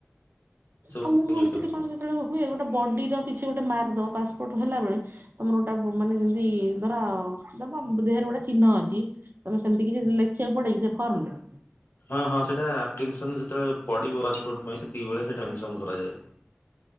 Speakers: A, on the left; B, on the right.
A: ସବୁ
B: ଆଉ ମୁଁ ଶୁଣିଥିଲି
A: ଯିବାକୁ
B: କଣ
A: ପଡ଼ିବ।
B: ଯେତେବେଳେ ହୁଏ ଗୋଟେ ବଡିର କିଛି ଗୋଟେ ମାର୍କ ଦବ? ପାସପୋର୍ଟ ହେଲା ବେଳେ ତମର ଗୋଟେ ମାନେ ଯେମିତି ଧର ତମମ ଦେହରେ ଗୋଟେ ଚିହ୍ନ ଅଛି। ତମେ ସେମିତି କିଛି ଲେଖିବାକୁ ପଡେ କିି ସେ ଫର୍ମ ରେ?
A: ହଁ ହଁ ସେଇଟା ଆପ୍ଲିକେସନ ଯେତେବେଳେ ପଡିବ ପାସପୋର୍ଟ ପାଇଁ ସେତିକିବେଳେ ସେଟା ମେନସନ କରାଯାଏ।